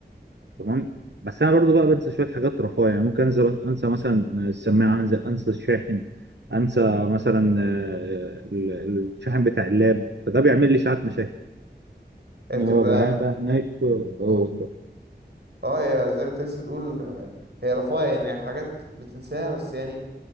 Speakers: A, on the right; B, on the right.
A: تمام بس انا برضو بقى بنسى شويه حاجات رفاهيه يعني ممكن انسى انسى مثلا السماعه انسى انسى الشاحن انسى مثلا آه، ال- الشاحن بتاع اللاب فده بيعمل لي ساعات مشاكل
B: هي
A: ان
B: بتبقى
A: هو بقى قاعد بقى هناك اه
B: اه هي زي ما انت لسه تقول آه، هي رفاهية يعني حاجات بتنساها بس يعني